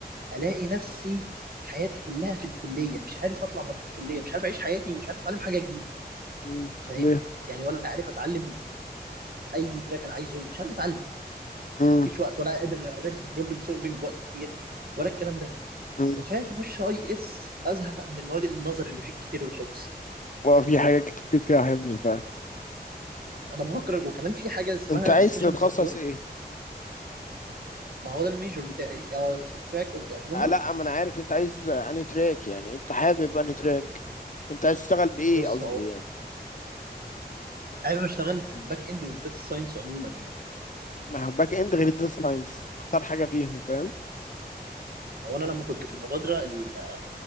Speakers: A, on the right; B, on the left.
A: الاقي نفسي حياتي كلها في الكليه مش عارف اطلع بره الكليه مش عارف اعيش حياتي ومش عارف اتعلم حاجه جديده
B: مم.
A: فاهم
B: ليه
A: يعني ولا عارف اتعلم اي تراك انا عايزه مش عارف اتعلم
B: مم.
A: مفيش وقت ولا قادر امارس بروبلم سولفنج بوقت كتير ولا الكلام ده
B: مم.
A: وخايف اخش اي اس ازهق من المواد النظري اللي فيه كتير والحفظ
B: وفي حاجات كتير فيها حفظ فعلا
A: انا بفكر وكمان في حاجه اسمها
B: انت عايز
A: ديسيشن
B: تتخصص
A: سبورت
B: ايه
A: ما هو ده الميجور بتاعي آه، في التراك عموما
B: آه لا ما انا عارف انت عايز آه، انهي تراك يعني انت حابب انهي تراك انت عايز تشتغل بايه
A: بص
B: قصدي
A: هو
B: يعني
A: حابب اشتغل في الباك اند والداتا ساينس عموما يعني
B: ما هو باك اند غير الداتا ساينس اختار حاجه فيهم فاهم
A: هو انا لما كنت في المبادره ال-